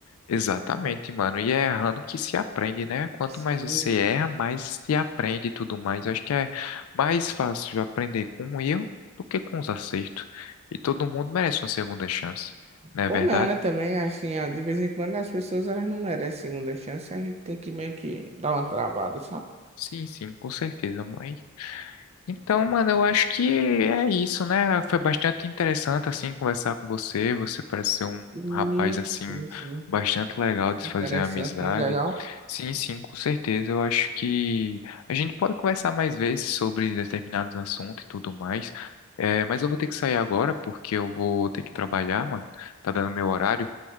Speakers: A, on the left (about 75°); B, on the right (about 30°).
A: Exatamente,
B: entendeu?
A: mano. E é errando que se aprende, né? Quanto
B: Sim,
A: mais você erra, mais se aprende e tudo mais. Acho que é mais fácil aprender com o erro do que com os acertos. E todo mundo merece uma segunda chance, não é
B: Ou
A: verdade?
B: não, né? Também, assim, ah, de vez em quando as pessoas elas não merecem segunda chance, a gente tem que meio que dar uma travada, sabe?
A: Sim, sim, com certeza. Mas Então, mano, eu acho que é isso, né? Foi bastante interessante, assim, conversar com você. Você parece ser um
B: sim,
A: rapaz, assim,
B: sim, sim.
A: bastante legal de
B: Interessante,
A: se fazer amizade.
B: né? Legal.
A: Sim, sim, com certeza. Eu acho que a gente pode conversar mais vezes sobre determinados assuntos e tudo mais. É, mas eu vou ter que sair agora porque eu vou ter que trabalhar, mano. Tá dando meu horário.